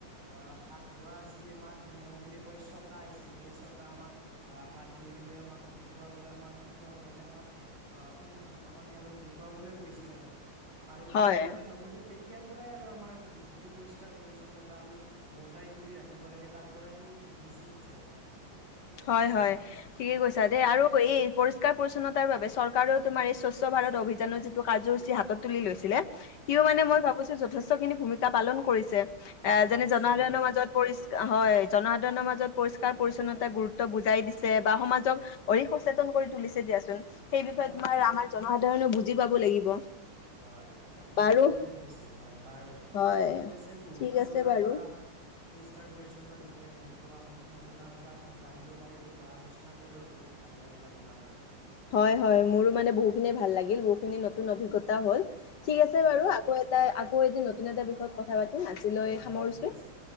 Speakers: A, on the right (about 80°); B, on the left (about 60°).
A: আহ হাত ধোৱা যি আমাৰ নিয়ম বুলি কৈছোঁ। ছটা আহিছিল সেই ছতা আমাক আহ হাত ধুই ধুই আমাক দেখুৱাবলৈ আমাৰ শিক্ষকসকলে আমাক অ অনুস মানে আৰু দেখুৱাবলৈ কৈছিল আৰু আৰু
B: হয়
A: তে মই ভাবো যে তাৰ পৰাই আৰু আমাৰ যিটো পৰিষ্কাৰ পৰি্ছন্নতা আমি বজাই তুলি ৰাখিব লাগে তাৰ পৰাই আমি বহুতো বুজি উঠো।
B: হয় হয় ঠিকে কৈছা
A: হয়
B: দ আৰু এই পৰিষ্কাৰ পৰিচ্ছন্নতা। তাৰ বাবে চৰকাৰেও তোমাৰ এই স্বচ্ছ ভাৰত অভিযানৰ যিটো কাৰ্যসূচী হাতত তুলি লৈছিলে। সিও
A: হয়
B: মানে
A: হয়
B: মই ভাবিছো যথেষ্ট খিনি ভূমিকা পালন কৰিছে। এ
A: হয়
B: যেনে
A: নিশ্চয়
B: জনসাধাৰণৰ
A: কৰিছে
B: মাজত পৰিষ্কাৰ হয় জনসাধাৰণৰ মাজত পৰিষ্কাৰ পৰিচ্ছন্নতা এটা গুৰুত্ব বুজাই দিছে বা সমাজক অধিক সচেতন কৰি তুলিছে দিয়াচোন। সেই বিষয়ে
A: হয়
B: তোমাৰ
A: হয়
B: আমাৰ জনসাধাৰণে বুজি পাব লাগিব।
A: হয় আপুনি
B: বাৰু
A: ঠিক কথাই কৈছে হয় বাৰু।
B: হয়
A: ঠিক আছে বহুতো
B: ঠিক
A: আপোনাৰ
B: আছে বাৰু
A: পৰা পৰিষ্কাৰ পৰি্ছন্ন বিষয়ে বহুতো নজনা কথা জানিব পাৰিলো বা আলোচনা কৰিও বহুত। ভাল লাগিল আপোনাৰ লগত।
B: হয় হয় মোৰো মানে বহুখিনিয় ভাল লাগিল বহুখিনি নতুন অভিজ্ঞতা হ'ল ঠিক আছে
A: হয়
B: বাৰু
A: হয়
B: আকৌ এটা আকৌ এদিন নতুন এটা বিষয়ত কথা পাতিম। আজিলৈ
A: হয়
B: সামৰিছো
A: ঠিক আছে